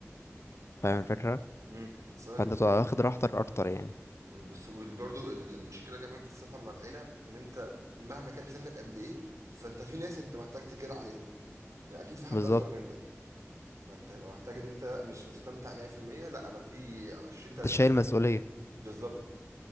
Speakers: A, on the left; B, on the right.
A: فاهم الفكرة
B: امم السؤال
A: فانت بتبقى واخد راحتك اكتر يعني
B: بس برضه المشكله كمان في السفر مع العيله ان انت مهما كان سنك قد ايه فانت في ناس انت محتاج تكير عليهم يعني اكيد في حد
A: بالظبط
B: اصغر منك فانت هيبقى محتاج ان انت مش مستمتع 100% لا انا في 20 30
A: انت شايل
B: 40
A: مسؤولية
B: بالظبط